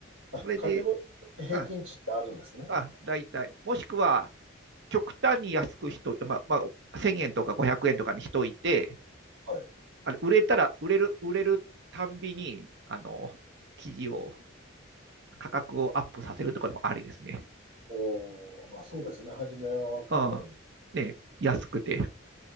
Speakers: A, on the right (about 75°); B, on the right (about 55°).
A: あ、
B: それで、
A: カテゴリー平均値ってあるんですね。
B: あ、あ、大体。もしくは、極端に安く人、まあ、まあ、1000円とか500円とかにしといて、
A: はい。
B: あれ、売れたら、売れる、売れるたんびに、あの、記事を、価格をアップさせるとかでもありですね。
A: おお、まあそうですね。初めはわかんない。
B: うん。ね、安くて。